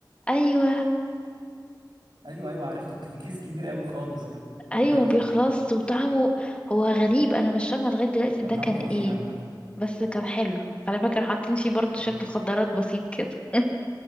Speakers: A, on the left (about 15°); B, on the right (about 65°).
A: ايوه
B: ايوه ايوه عرفته <laughs> كان كيس كبير قوي خالص كده
A: ايوه
B: افتكرته
A: بيخلص
B: ده
A: وطعمه هو غريب انا مش فاهمه لغايه دلوقتي
B: كان
A: ده
B: طعمه
A: كان
B: خطير
A: ايه
B: عامة
A: بس كان حلو على فكره حاطين فيه برضه
B: اه
A: شويه مخدرات بسيط كده <laughs>